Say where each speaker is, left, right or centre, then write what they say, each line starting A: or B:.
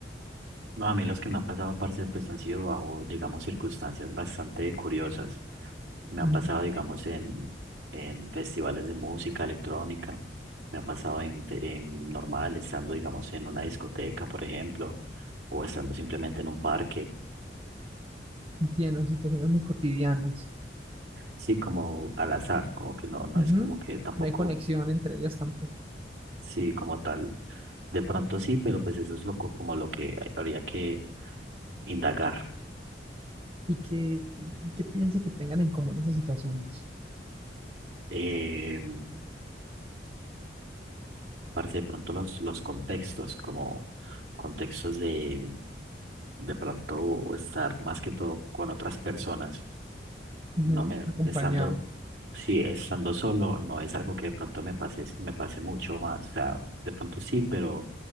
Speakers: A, on the right; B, on the right.
A: No, a mí los que me han pasado, parce, pues han sido bajo, digamos, circunstancias bastante curiosas. Me han
B: Ujú.
A: pasado, digamos, en, en festivales de música electrónica. Me ha pasado en, fe- en normal, estando, digamos, en una discoteca, por ejemplo, o estando simplemente en un parque.
B: Entiendo, situaciones muy cotidianas.
A: Sí, como al azar, como que no, no
B: Ujú.
A: es como que tampoco,
B: No hay conexión entre ellas tampoco.
A: sí, como tal. De pronto sí, pero pues eso es lo, co- como lo que hay- habría que indagar.
B: ¿Y qué, y qué piensa que tengan en común esas situaciones?
A: Eh, Parce, de pronto los, los contextos, como contextos de, de pronto estar más que todo con otras personas.
B: Ujú.
A: No me,
B: Acompañado.
A: estando, sí, estando solo, no es algo que de pronto me pase, me pase mucho más. O sea, de pronto sí, pero